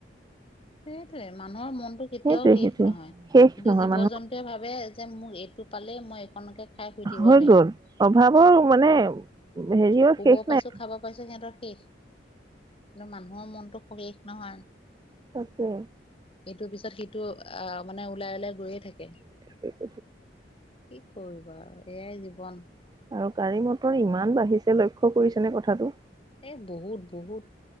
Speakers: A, on the left (about 30°); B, on the right (about 20°).
A: সেইটোয়ে মানুহৰ মনটো কেতিয়াও
B: সেইটোৱে
A: শেষ
B: সেইটোৱে
A: নহয়
B: শেষ
A: কিন্তু
B: নহয়
A: জীৱ
B: মানুহ
A: জন্তুৱে ভাবে যে মোৰ এইটো পালেই মই একণকে খাই শুই থাকিব
B: হৈ
A: পাৰিম
B: গ'ল অভাৱৰ মানে হেৰিয়ৰ
A: শুবও
B: শেষ
A: পাইছো
B: নাই
A: খাব পাইছো সিহঁতৰ শেষ কিন্তু মানুহৰ মনতো সুখী নহয়
B: তাকে
A: এইটোৰ পিছত সিটো আহ মানে ওলাই ওলাই গৈয়ে থাকে
B: সেই ক
A: কি কৰিবা আৰু এয়াই জীৱন
B: আৰু গাড়ী মটৰ ইমান বাঢ়িছে লক্ষ্য কৰিছে নে কথাটো
A: এ বহুত বহুত